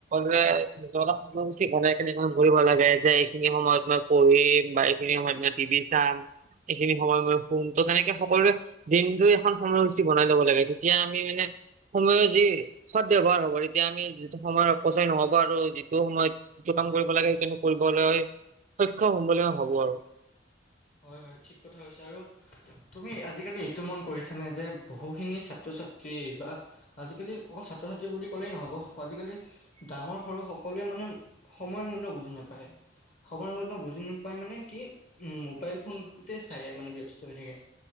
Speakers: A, on the right; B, on the left.
A: হয়। সকলোৱে <unintelligible> ধৰিব লাগে যে এইখিনি সময়ত মই পঢ়িম বা এইখিনি সময়ত মই টি ভি চাম। এইখিনি সময় মই শুম, ত' তেনেকে সকলোৱে দিনটো এখন সময়সূচী বনাই ল'ব লাগে। তেতিয়া আমি মানে সময়ৰ যি সদব্যৱহাৰ হ'ব, তেতিয়া আমি যিটো সময় অপচয় নহ'ব আৰু যিটো সময়ত যিটো কাম কৰিব লাগে সেইখিনি কৰিবলৈ সক্ষম হ'ম বুলি মই ভাবোঁ আৰু।
B: হয়, হয়। ঠিক কথা কৈছা আৰু তুমি আজিকালি এইটো মন কৰিছানে যে বহুখিনি ছাত্ৰ ছাত্ৰীয়ে বা আজিকালি অকল ছাত্ৰ ছাত্ৰী বুলি ক'লেই নহ'ব, আজিকালি ডাঙৰ সৰু সকলোৱে মানে সময়ৰ মূল্য বুজি নাপায়। সময়ৰ মূল্য বুজি নোপায় মানে কি উম মোবাইল ফোনটোতে চাই মানে ব্যস্ত হৈ থাকে।